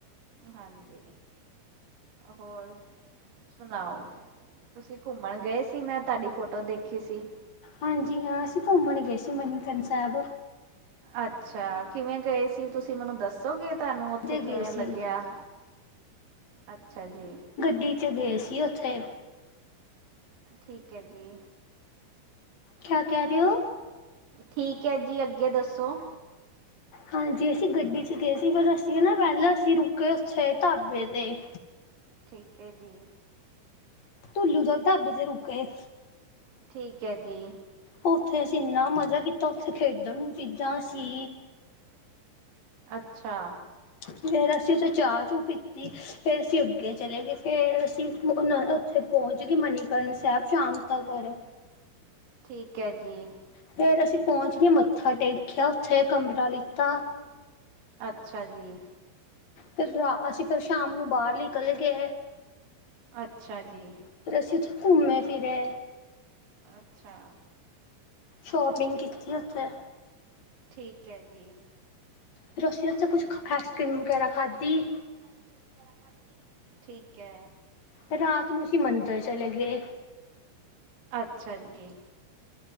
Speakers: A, on the right (about 75°); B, on the left (about 45°).
A: ਹਾਂਜੀ ਹੋਰ। ਸੁਣਾਓ, ਤੁਸੀਂ ਘੁੰਮਣ ਗਏ ਸੀ ਮੈਂ ਤੁਹਾਡੀ ਫੋਟੋ ਦੇਖੀ ਸੀ।
B: ਹਾਂਜੀ ਹਾਂ, ਅਸੀਂ ਘੁੰਮਣ ਗਏ ਸੀ ਮਨੀਕਰਨ ਸਾਹਿਬ।
A: ਅੱਛਾ, ਕਿਵੇਂ ਗਏ ਸੀ ਤੁਸੀਂ ਮੈਨੂੰ ਦੱਸੋਗੇ? ਤੁਹਾਨੂੰ ਉੱਥੇ
B: ਤੇ ਗਏ
A: ਕਿਵੇਂ ਲੱਗਿਆ?
B: ਸੀ
A: ਅੱਛਾ ਜੀ।
B: ਟੀਚਰ ਗਏ ਸੀ ਉੱਥੇ।
A: ਠੀਕ ਏ ਜੀ।
B: ਕਿਆ ਕਹਿ ਰਹੇ ਹੋ।
A: ਠੀਕ ਐ ਜੀ ਅੱਗੇ ਦੱਸੋ।
B: ਹਾਂਜੀ ਅਸੀਂ ਗੱਡੀ 'ਚ' ਗਏ ਸੀ ਫਿਰ ਅਸੀਂ ਨਾ ਪਹਿਲਾਂ ਅਸੀਂ ਰੁਕੇ ਉੱਥੇ ਢਾਬੇ ਤੇ।
A: ਠੀਕ ਹੈ ਜੀ‌।
B: ਤੁੁੱਲੂ ਦੇ ਢਾਬੇ ਤੇ ਰੁਕੇ।
A: ਠੀਕ ਐ ਜੀ।
B: ਉੱਥੇ ਅਸੀਂ ਇੰਨਾ ਮਜ਼ਾ ਕੀਤਾ ਉੱਥੇ ਖੇਡਣ ਨੂੰ ਚੀਜ਼ਾਂ ਸੀ‌।
A: ਅੱਛਾ।
B: ਫਿਰ ਅਸੀਂ ਉੱਥੇ ਚਾਹ- ਚੂ ਪੀਤੀ। ਫ਼ਿਰ ਅਸੀਂ ਅੱਗੇ ਚਲੇ ਗਏ ਫਿਰ ਅਸੀਂ ਉਨ ਉੱਥੇ ਪਹੁੰਚ ਗਏ ਮਨੀਕਰਨ ਸਾਹਿਬ ਸ਼ਾਮ ਤੱਕਰ
A: ਠੀਕ ਐ ਜੀ।
B: ਫਿਰ ਅਸੀਂ ਪਹੁੰਚ ਗਏ ਮੱਥਾ ਟੇਕਿਆ ਉੱਥੇ ਕਮਰਾ ਲਿੱਤਾ।
A: ਅੱਛਾ ਜੀ।
B: ਫਿਰ ਰ ਅਸੀਂ ਫਿਰ ਸ਼ਾਮ ਨੂੰ ਬਾਹਰ ਨਿਕਲ ਗਏ।
A: <inaudible> ਅੱਛਾ ਜੀ।
B: ਫਿਰ ਅਸੀਂ ਉੱਥੇ ਘੁੰਮੇ ਫਿਰੇ।
A: ਅੱਛਾ।
B: ਸ਼ੋਪਿੰਗ ਕੀਤੀ ਉੱਥੇ।
A: ਠੀਕ ਐ ਜੀ।
B: ਫਿਰ ਉੱਥੇ ਕੁਛ ਆਈਸਕ੍ਰੀਮ ਵਗੈਰਾ ਖਾਧੀ।
A: ਆਇਸਕ੍ਰੀਮ ਵਗੈਰਾ ਖਾਂਦੀ, ਠੀਕ ਹੈ।
B: ਫਿਰ ਰਾਤ ਨੂੰ ਅਸੀਂ ਮੰਦਿਰ ਚਲੇ ਗਏ।
A: ਅੱਛਾ ਜੀ।